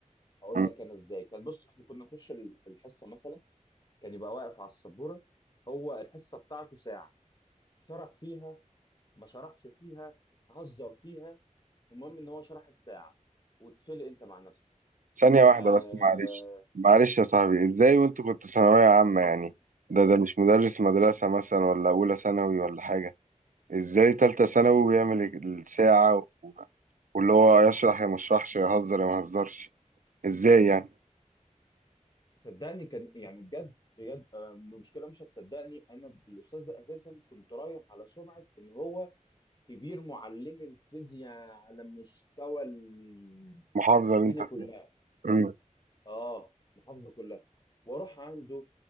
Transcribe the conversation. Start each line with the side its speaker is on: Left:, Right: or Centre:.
Left: اقول
Right: م.
Left: لك انا ازاي كان بص احنا كنا نخش ال- الحصه مثلا كان يبقى واقف على السبوره هو الحصه بتاعته ساعه شرح فيها ما شرحش فيها هزر فيها المهم ان هو شرح الساعه واتفلق انت مع نفسك
Right: ثانية
Left: ما
Right: واحدة بس معلش معلش يا صاحبي ازاي وانت كنت ثانوية عامة يعني ده ده مش مدرس مدرسة مثلا ولا أولى ثانوي ولا حاجة ازاي تالتة ثانوي ويعمل الساعة و- واللي هو يشرح يا مشرحش يهزر يا مهزرش ازاي يعني
Left: صدقني كان يعني بجد بجد آه، المشكله مش هتصدقني انا الاستاذ ده اساسا كنت رايح على سمعه ان هو كبير معلمي الفيزياء على مستوى ال-
Right: محافظة
Left: الدنيا
Right: اللي انت فيها
Left: كلها
Right: م.
Left: اه محافظه كلها واروح عنده